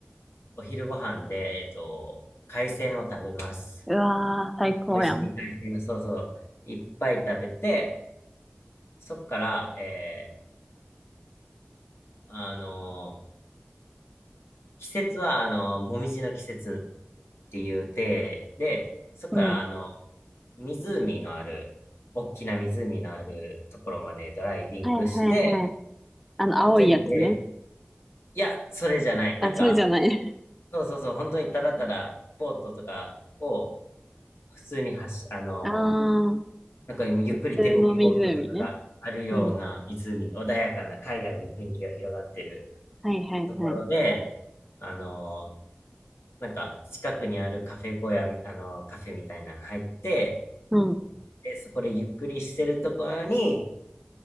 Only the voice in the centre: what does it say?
うわー、最高やん。
うん。
はいはいはい。あの、青いやつね。
あ、
それじゃない。
<laughs> ああ、
普通の湖ね。うん。
はいはいはい。
うん。